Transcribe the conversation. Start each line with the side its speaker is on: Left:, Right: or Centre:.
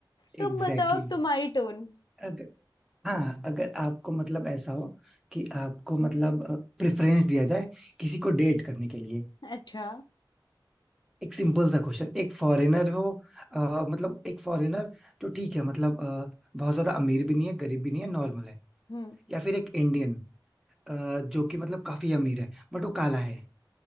Left: तुम
Centre: Exactly
Left: बताओ अब
Centre: exactly.
Left: तुम्हारी टोन
Centre: अगर हाँ अगर आपको मतलब ऐसा हो कि आपको मतलब प्रेफरेंस दिया जाए किसी को डेट करने के लिए
Left: अच्छा
Centre: एक सिंपल सा क्वेश्चन एक फॉरेनर हो अ, मतलब एक फॉरेनर तो ठीक है मतलब अ, बहुत ज्यादा अमीर भी नहीं है गरीब भी नहीं है नॉर्मल है
Left: Hmm
Centre: या फिर एक इंडियन अ, जो कि मतलब काफी अमीर है बट वो काला है